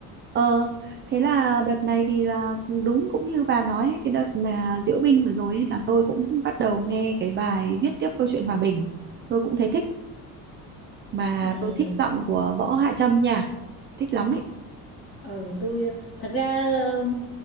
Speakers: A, on the right; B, on the left.
A: ờ thế là đợt này thì là đúng cũng như bà nói ấy, cái đợt mà diễu binh vừa rồi ấy, là tôi cũng bắt đầu nghe cái bài viết tiếp câu chuyện hòa bình tôi cũng thấy thích mà
B: ừ.
A: tôi thích giọng của Võ Hạ Trâm nha thích lắm ấy
B: Ừ, tôi ờ, thật ra ờ,